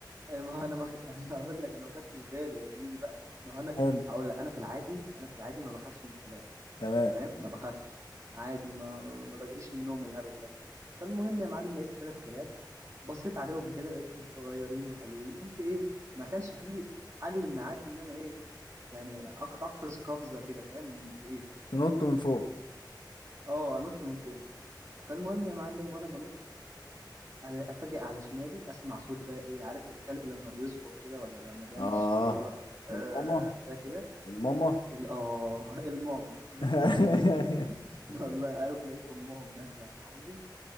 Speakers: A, on the right (about 40°); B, on the left (about 85°).
A: ما هو انا ما خ... <laughs> هقول لك انا ما خدتش بالي يا زميلي بقى ما هو انا
B: حلو
A: هقول لك انا في العادي انا في العادي ما بخافش من الكلاب
B: تمام
A: فاهم، ما باخافش، عادي ما ما باجريش من النوم والهبل ده. فالمهم يا معلم لقيت 3 كلاب، بصيت عليهم كده لقيتهم صغيرين وحلوين، قُمت إيه، ما كانش في حل إن أعدّي إن أنا إيه، يعني أق أقفز قفزة كده فاهم، من فوقيهم،
B: تنط من فوق
A: آه، أنُط من فوقهم. فالمهم يا معلم وأنا بانُط أ أفاجئ على شمالي أسمع صوت بقى إيه، عارف الكلب لمّا بيصغر كده والّا لمّا بيعمل
B: اه
A: الصوت اللي هو آآ
B: الماما
A: ده كده،
B: الماما
A: ال آه، <laughs> الماما <laughs>
B: <laughs>
A: والله أيوه لقيت أمهم نازلة يا معلم